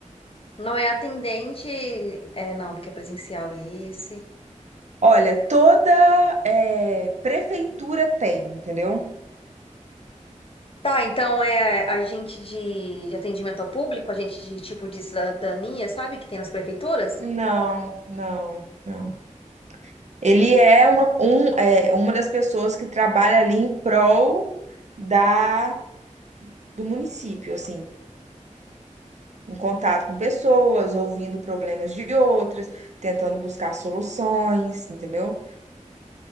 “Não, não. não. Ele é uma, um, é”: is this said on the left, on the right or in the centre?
Right